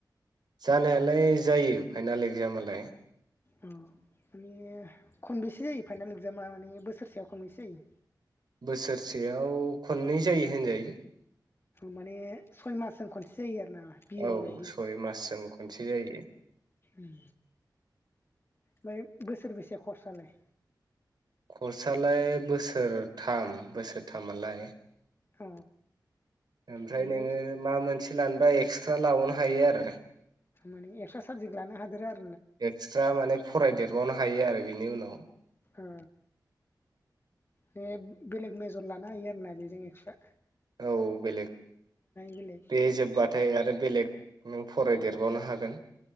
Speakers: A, on the right; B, on the left.
A: जानायालाय जायो फाइनाल एक्जामालाय।
B: अ माने खनबेैसे जायो फाइनाल एक्जामा माने बोसोरसेयाव खनबैसे जायो?
A: बोसोरसेयाव खननै जायो होनजायो।
B: माने सय मासजों खनसे जायो आरो ना बि ए
A: औ
B: नि बायदि
A: सय मासजों खनसे जायो
B: ओम फाय बोसोरबैसे खर्स आलाय?
A: खर्स आलाय बोसोरथाम बोसोरथामलाय
B: अ
A: ओमफ्राय
B: माने
A: नोङो मा मोनसे लानो बा एक्सट्रा लाबावनो हायो आरो।
B: माने एक्स्रा साबजेक्ट लानो हादेरो आरो
A: एक्सट्रा माने फरायदेरबावनो हायो आरो बिनि उनाव।
B: हो बे बेलेग मेज जर लानो हायो आरोना बेजों एक्स्रा?
A: औ बेलेग
B: बेलेग
A: बे जोब्बाथाय आरो बेलेग नों फरायदेरबावनो हागोन।